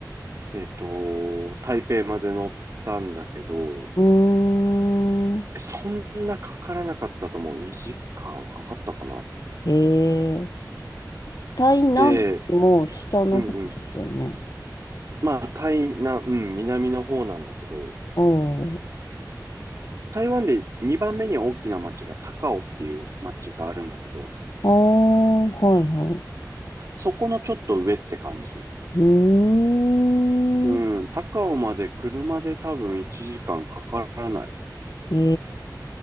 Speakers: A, on the right; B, on the left.
A: えっと、台北まで乗ったんだけど、
B: うーん。
A: そんなかからなかったと思う。2時間かかったかな。
B: へえ。台南ってもう下の方ですよね。
A: で、うんうん。まあ、台南、うん、南の方なんだけど、
B: おー。
A: 台湾で2番目に大きな街が高雄っていう街があるんだけど、
B: ああ、はいは
A: そこのちょっと上って感じ。
B: い。うーん。
A: うん。高尾まで車で多分1時間かんかからない。
B: へ